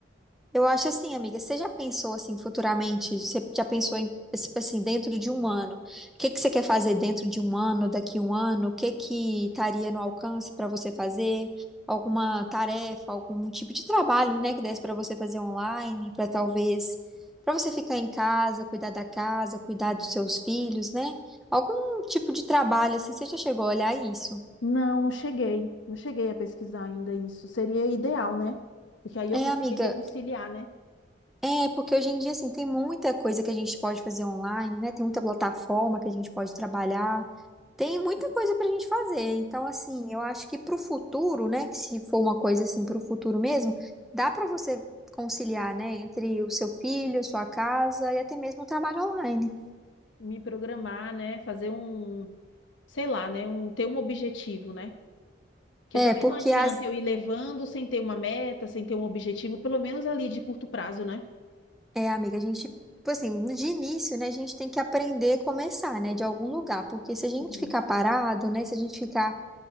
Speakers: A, in the centre; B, on the left.
A: Eu acho assim, amiga, você já pensou assim futuramente? Você já pensou em, tipo assim, dentro de um ano? O que que você quer fazer dentro de um ano, daqui um ano? O que que estaria no alcance para você fazer? Alguma tarefa, algum tipo de trabalho, né, que desse para você fazer online, para talvez para você ficar em casa, cuidar da casa, cuidar dos seus filhos, né? Algum tipo de trabalho assim, você já chegou a olhar isso?
B: Não, não cheguei. Não cheguei a pesquisar ainda isso. Seria ideal, né? Porque aí eu
A: É,
B: conseguiria
A: amiga,
B: conciliar, né?
A: É porque hoje em dia, assim, tem muita coisa que a gente pode fazer online, né? Tem muita plataforma que a gente pode trabalhar. Tem muita coisa pra gente fazer. Então, assim, eu acho que pro futuro, né? Que se for uma coisa assim pro futuro mesmo, dá pra você conciliar, né? Entre o seu filho, sua casa e até mesmo o trabalho online.
B: Me programar, né? Fazer um, sei lá, né? Um, ter um objetivo, né? Porque
A: É,
B: também
A: porque
B: não adianta
A: as...
B: eu ir levando sem ter uma meta, sem ter um objetivo, pelo menos ali de curto prazo, né?
A: É, amiga, a gente... tipo Assim, de início, né? A gente tem que aprender a começar, né? De algum lugar. Porque se a gente
B: Uhum.
A: ficar parado, né? Se a gente ficar